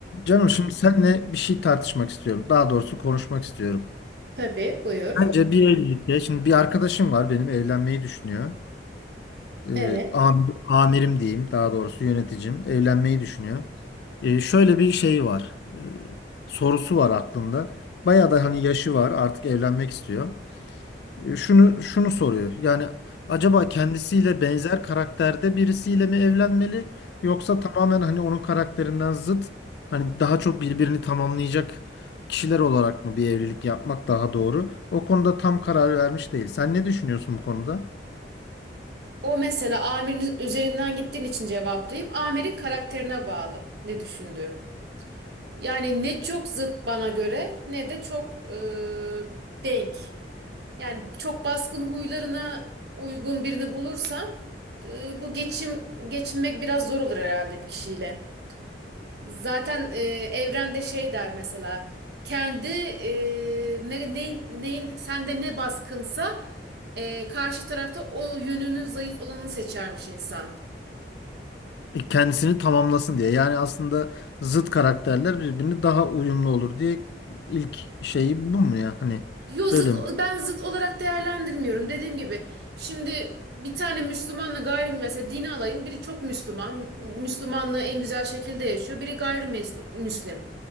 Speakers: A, on the left (about 65°); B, on the right (about 65°).
A: Canım şimdi seninle bir şey tartışmak istiyorum. Daha doğrusu konuşmak istiyorum.
B: Tabii buyur.
A: Bence bir evlilikte, şimdi bir arkadaşım var benim evlenmeyi düşünüyor. Ee,
B: Evet.
A: am- amirim diyeyim daha doğrusu yöneticim evlenmeyi düşünüyor. Ee, şöyle bir şey var. Ee, sorusu var aklında. Bayağı da hani yaşı var artık evlenmek istiyor. E, Şunu şunu soruyor. Yani acaba kendisiyle benzer karakterde birisiyle mi evlenmeli yoksa tamamen hani onun karakterinden zıt hani daha çok birbirini tamamlayacak kişiler olarak mı bir evlilik yapmak daha doğru? O konuda tam karar vermiş değil. Sen ne düşünüyorsun bu konuda?
B: O mesela amirin üzerinden gittiğin için cevaplayayım. Amirin karakterine bağlı ne düşündüğü. Yani ne çok zıt bana göre ne de çok e, denk. Yani çok baskın huylarına uygun birini bulursam e, bu geçim geçinmek biraz zor olur herhalde bir kişiyle. Zaten e, evrende şey der mesela kendi e, ne, neyin, neyin sende ne baskınsa e, karşı tarafta o yönünün zayıf olanını seçermiş insan.
A: E, Kendisini tamamlasın diye. Yani aslında zıt karakterler birbirine daha uyumlu olur diye ilk şeyi bu mu ya? Hani
B: Yo zıt
A: böyle mi?
B: ben zıt olarak değerlendirmiyorum. Dediğim gibi şimdi bir tane Müslümanla gayri mesela dini alayım. Biri çok Müslüman. Müslümanlığı en güzel şekilde yaşıyor. Biri gayrimüslim.